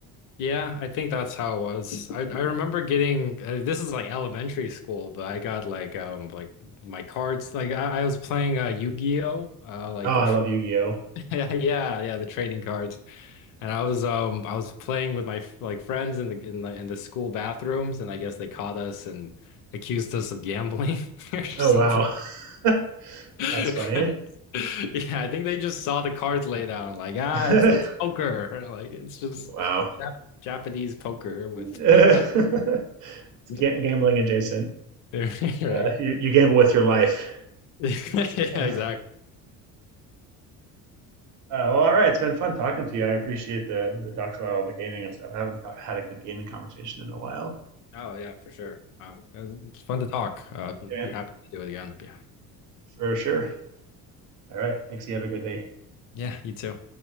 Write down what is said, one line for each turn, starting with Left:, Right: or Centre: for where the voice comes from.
Left: Yeah, I think that's how it was. I, I remember getting uh, this is like elementary school, but I got like um like my cards like I, I was playing uh Yu-Gi-Oh uh like
Right: Oh,
Left: the
Right: I
Left: tr
Right: love Yu Gi Oh.
Left: <laughs> yeah yeah yeah the trading cards and I was um I was playing with my f- like friends in the in the in the school bathrooms and I guess they caught us and accused us of gambling <laughs> or something.
Right: Oh wow, <laughs>
Left: <laughs>
Right: that's funny.
Left: Yeah, I think they just saw the cards laid out and like ah
Right: <laughs>
Left: it's it's poker like it's just
Right: wow,
Left: Jap Japanese poker with.
Right: <laughs>
Left: <laughs>
Right: it's
Left: <laughs>
Right: ga- gambling adjacent.
Left: Right?
Right: Uh, you,
Left: <laughs>
Right: you gamble with your life.
Left: Yeah,
Right: Uh,
Left: exactly.
Right: well, all right. It's been fun talking to you. I appreciate the, the talks about all the gaming and stuff. I haven't ta- had a good gaming conversation in a while.
Left: Oh yeah, for sure. Um, it was, it was fun to talk. Uh, be
Right: Yeah, man,
Left: happy to do it again. Yeah.
Right: for sure. All right. Thanks. You have a good day.
Left: Yeah, you too.